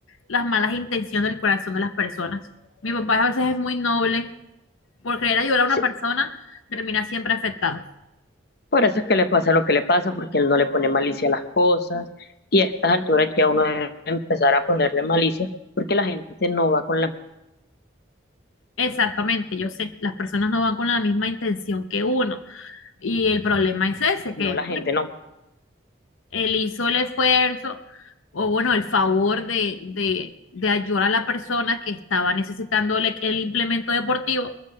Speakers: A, on the left; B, on the left.
A: las malas intenciones del corazón de las personas. Mi papá a veces es muy noble, por querer ayudar a
B: Sí,
A: una persona, termina siempre afectado.
B: por eso es que le pasa lo que le pasa, porque él no le pone malicia a las cosas. Y a estas alturas ya uno debe empezar a ponerle malicia, porque la gente no va con la...
A: Exactamente, yo sé, las personas no van con la misma intención que uno. Y el problema es ese,
B: No,
A: que
B: la gente
A: bueno,
B: no.
A: él hizo el esfuerzo o bueno, el favor de, de, de ayudar a la persona que estaba necesitando el, el implemento deportivo.